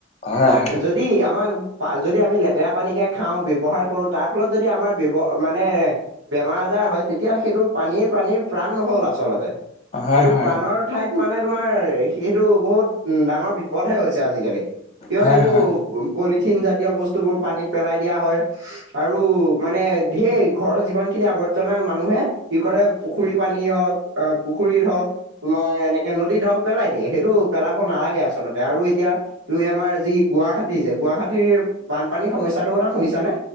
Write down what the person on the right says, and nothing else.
পা
যদি আমাৰ পা যদি আমি লেতেৰা পানীকে খাওঁ ব্যৱহাৰ কৰো তাৰ ফলত যদি আমাৰ ব্যৱ মানে বেমাৰ আজাৰ হয় তেতিয়া সেইটো পানীৰ প্ৰাণীৰ প্ৰাণ নহয় আচলতে
সেইটো
প্ৰাণৰ ঠাইত মানে তোমাৰ সেইটো বহুত ডাঙৰ বিপদহে হৈছে আজিকালি। কিয়
এইবোৰ
পলিথিন জাতীয় বস্তুবোৰ পানীত পেলাই দিয়া হয়। আৰু মানে ধেৰ ঘৰৰ যিমান খিনি আৱৰ্জনা মানুহে কি কৰে পুখুৰী পানী হওঁক, আ পুখুৰীত হওঁক তোমাৰ এনেকে নদী ধৰক পেলাই দিয়ে সেইটো পেলাব নালাগে আচলতে আৰু এতিয়া তুমি আমাৰ যি গুৱাহাটী যে গুৱাহাটীৰ বানপানীৰ সমস্যাটোৰ কথা শুনিছানে?